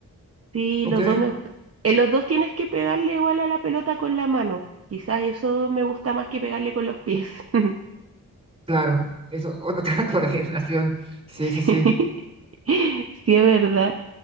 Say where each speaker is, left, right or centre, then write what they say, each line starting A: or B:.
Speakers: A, on the right; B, on the right.
A: Sí,
B: ok,
A: los dos me gustan. En los dos tienes que pegarle igual a la pelota con la mano. Quizás eso me gusta más que pegarle con los pies. <laughs>
B: claro. Eso, otra <laughs> coordinación. Sí,
A: Sí,
B: sí, sí.
A: <laughs> sí es verdad.